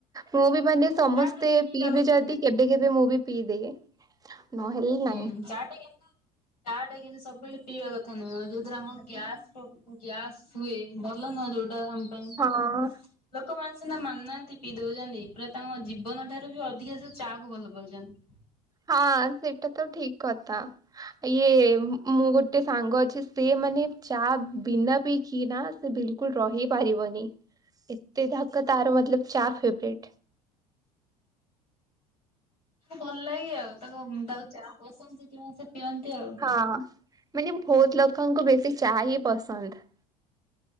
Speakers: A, on the right; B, on the left.
A: ମୁଁ ବି ମାନେ ସମସ୍ତେ
B: ଚା ଟା ତ ପିଇବା
A: ପିଇବେ
B: କଥା
A: ଯଦି
B: ନୁହଁ।
A: କେ କେବେକେବେ ମୁଁ ବି ପିଇଦିଏ। ନହେଲେ ନାଇଁ।
B: ହୁଁ, ଚାହା ଟେ କିନ୍ତୁ ଚାହା ଟା କିନ୍ତୁ ସବୁବେଳେ ପିଇବା କଥା ନୁହେଁ। ଯୋଉଥିରେ ଆମର ଗ୍ୟା ଗ୍ୟାସ ହୁଏ, ଭଲ ନୁହଁ ଯୋଉଟା ଆମ ପାଇଁ
A: ହଁ
B: ଲୋକମାନେ ସିନା ମାନୁନାହାନ୍ତି ପିଇ ଦଉଛନ୍ତି। ପୁରା ତାଙ୍କ ଜୀବନ ଠାରୁ ବି ଅଧିକା ସେ ଚାହା କୁ ଭଲ ପାଉଛନ୍ତି।
A: ହଁ, ସେଇଟା ତ ଠିକ କଥା। ଇଏ ମୁଁ ଗୋଟେ ସାଙ୍ଗ ଅଛି ସେ ମାନେ ଚାହା ବିନା ପି କି ନା ସେ ବିଲକୁଲ ରହି ପାରିବନି। ଏତେ ଯାକ ତାର ମତଲବ ଚା ଫେବରେଟ।
B: ଭଲ ଲାଗେ ଆଉ। ତାକୁ, ତାକୁ ଚା ପସନ୍ଦ ସେଠି ସେ ପିଅନ୍ତି। ଆଉ।
A: ହଁ, ମାନେ ବହୁତ ଲୋକଙ୍କୁ ବେଶୀ ଚାହା ହିଁ ପସନ୍ଦ।